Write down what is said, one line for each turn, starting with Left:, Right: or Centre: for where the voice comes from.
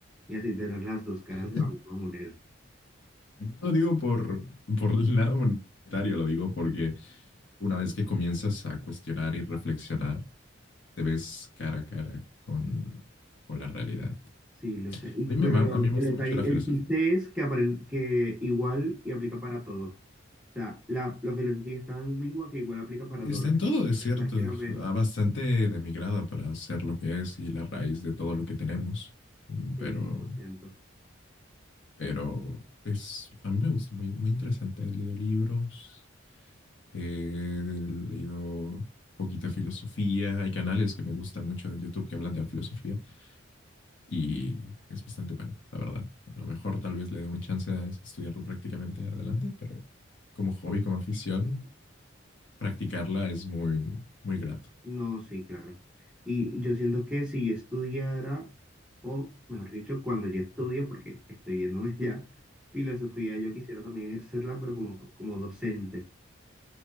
Centre: y así tener las dos caras
Left: <laughs>
Centre: de la misma moneda.
Left: No lo digo por, por el lado monetario, lo digo porque una vez que comienzas a cuestionar y reflexionar, te ves cara a cara con, con la realidad.
Centre: Sí, lo sé. Y-
Left: A mí,
Centre: Pero
Left: me, ma-
Centre: lo-
Left: a mí me gusta
Centre: el detalle,
Left: mucho la
Centre: el
Left: filosofía.
Centre: chiste es que, apren- que igual y aplica para todo. O sea, la, la filosofía es tan ambigua que igual aplica para
Left: Está
Centre: todos los
Left: en
Centre: que
Left: todo, es cierto.
Centre: la quieras ver,
Left: Ah, bastante de mi grado para ser lo que es y la raíz de todo lo que tenemos. Mm,
Centre: sí,
Left: Pero,
Centre: 100%.
Left: pero, pues, a mí me gusta, muy, muy interesante. He leído libros. eh, he leído poquita filosofía. Hay canales que me gustan mucho de YouTube que hablan de la filosofía y es bastante bueno, la verdad. A lo mejor tal vez le dé un chance a estudiarlo prácticamente adelante, pero como hobby, como afición, practicarla es muy, muy grato.
Centre: No, sí, claro. Y yo siento que si yo estudiara, o mejor dicho, cuando yo estudio, porque estoy viéndome <laughs> ya, filosofía, yo quisiera también ejercerla, pero como, como docente,